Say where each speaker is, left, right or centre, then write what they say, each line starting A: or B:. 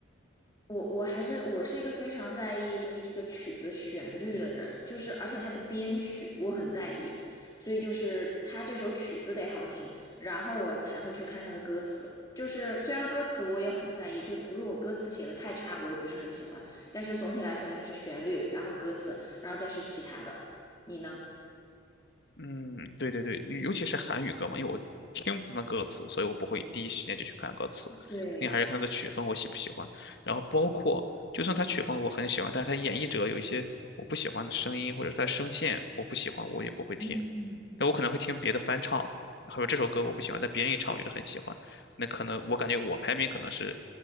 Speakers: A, on the left; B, on the left.
A: 我我还是我是一个非常在意就是这个曲子旋律的人，就是而且它的编曲我很在意，所以就是它这首曲子得好听，然后我才会去看它的歌词。就是虽然歌词我也很在意，就是如果歌词写的太差，我也不是很喜欢，但是总体来说应该是旋律，然后歌词，然后再是其他的。你呢？
B: 嗯，对对对，尤其是韩语歌嘛，因为我听不懂歌词，所以我不会第一时间就去看歌词，
A: 对，
B: 肯定还是看它的曲风我喜不喜欢，然后包括就算它曲风我很喜欢，但是它演绎者有一些我不喜欢的声音，或者是它声线我不喜欢，我也不会听。
A: 嗯。
B: 但我可能会听别的翻唱，或者这首歌我不喜欢，但别人一唱我觉得很喜欢，那可能我感觉我排名可能是，